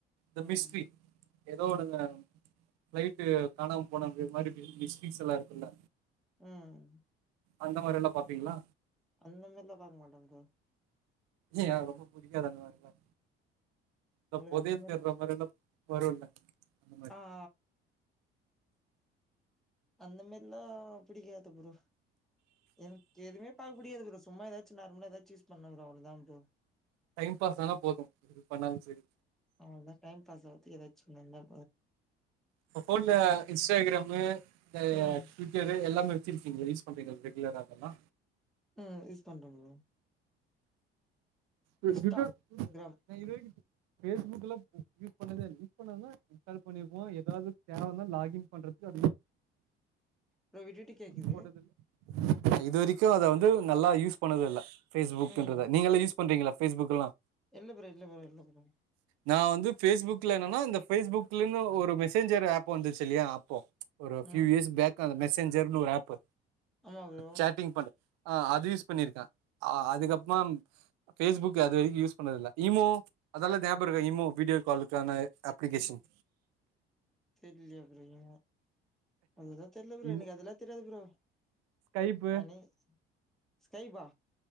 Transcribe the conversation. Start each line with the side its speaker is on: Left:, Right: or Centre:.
Right: த
Centre: ம்
Right: மிஸ்டரி ஏதோ ஒன்னுங்க பிளைட் காணாம போன அப்ப மாறி மிஸ்டேக்ஸ்ல்லா இருக்குல்ல
Centre: ம்
Right: அந்த மாறியெல்லா பாப்பீங்களா
Centre: அந்த மாறில்லா பாக்க மாட்டே ப்ரோ
Right: ஏய் ரொம்ப புடிக்காத அந்த மாறியெல்லா ந்த
Centre: உங்களுக்கு
Right: பொதயல்
Centre: அந்த மாரி
Right: தேடுற மாறியெல்லா வருல்ல அந்த மாறி
Centre: ஆ அந்த மாறில்லா பிடிக்காது ப்ரோ எனக்கு எதுவுமே பாக்க பிடிக்காது ப்ரோ சும்மா ஏதாச்சு நார்மலா எதாச்சு யூஸ் பண்ணோ ப்ரோ அவ்வளதா ப்ரோ
Right: டைம் பாஸ் ஆனா போது எது பண்ணாலு செரி
Centre: அவன் தா டைம் பாஸ் ஆகுது ஏதாச்சு நல்ல
Right: உங்க போபோன்ல இன்ஸ்டாகிராமு இந்த
Centre: ம்
Right: சின்சர் எல்லாமே வச்சிருக்கீஙல யூஸ் பண்றிங்க ரெகுலராகல்லா
Centre: ம் யூஸ் பண்றோ ப்ரோ
Right: நா
Centre: இன்ஸ்டா கிராம்
Right: இது வரைக்கு பேஸ்புக் எல்லா யூஸ் பண்ணதே யூஸ் பண்ணதுன்னா இன்ஸ்டால் பண்ணிருவோ ஏதாவது தேவைன்னா லாகிங் பண்றதுக்கு அது யூஸ்
Centre: ப்ரோ விட்டுட்டு கேக்குது
Right: போட்டது இது வரைக்கோ அத வந்து நல்லா யூஸ் பண்ணததே இல்ல பேஸ்புக்ன்றத
Centre: ம்
Right: நீங்கல யூஸ் பண்றீங்களா பேஸ்புக்ல்லா
Centre: இல்ல ப்ரோ இல்ல ப்ரோ இல்ல ப்ரோ
Right: நா வந்து பேஸ்புக்ல என்னன்னா அந்த பேஸ்புக்லன்னு ஒரு மெசேஞ்சர் ஆப் வந்துருச்சுல்லையா அப்போ ஒரு ஃபியூ
Centre: ம்
Right: இயர்ஸ் பேக் அந்த மெசேஞ்சர்ன்னு ஒரு ஆப்
Centre: ஆமா ப்ரோ
Right: சேட்டிங் பண்ற ஆ அது யூஸ் பண்ணியிருக்கே அதுக்கப்பறமா பேஸ்புக் அது யூஸ் பண்ணது இல்ல ஈமோ அதெல்லா நியாபக இருக்க இமோ வீடியோ காலுக்கான அப்ளிகேஷன்
Centre: <inaudible> தெரியேல ப்ரோ ஏ அதலா தெரியல ப்ரோ
Right: ஈமோ
Centre: எனக்கு அதெல்லா தெரியாது ப்ரோ
Right: ஸ்கைப்பு
Centre: அனி ஸ்கைபா